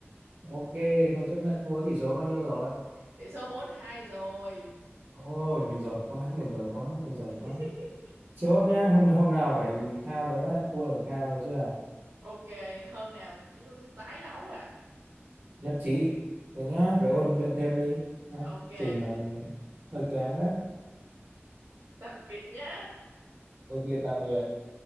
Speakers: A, on the right; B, on the right.
A: Ok, tôi chấp nhận thua tỷ số bao nhiêu rồi?
B: Tỷ số bốn hai rồi
A: Ôi, mình giỏi quá, mình giỏi quá, mình giỏi
B: <laughs>
A: quá. Chốt nhá, hôm hôm nào phải khao tớ đấy, thua là phải khao được chưa?
B: Ok hôm nào chúng ta sẽ tái đấu ạ
A: Nhất trí. Rồi nhá, phải ôn luyện thêm đi. Nhá.
B: À. Ok
A: Trình còn hơi kém đấy.
B: tạm biệt nhé
A: Ok, tạm biệt.